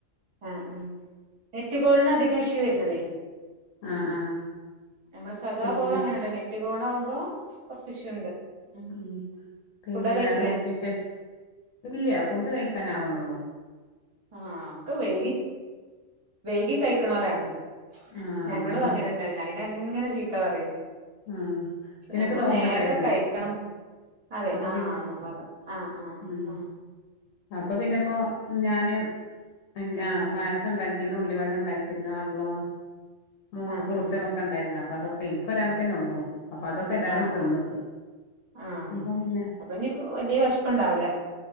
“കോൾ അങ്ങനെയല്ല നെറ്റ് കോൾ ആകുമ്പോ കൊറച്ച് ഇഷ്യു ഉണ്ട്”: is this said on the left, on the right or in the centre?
Right